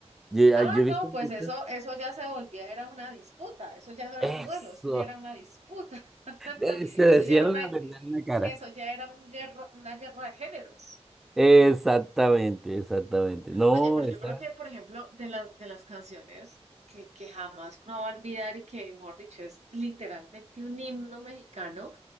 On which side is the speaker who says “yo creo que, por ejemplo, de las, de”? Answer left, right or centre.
Right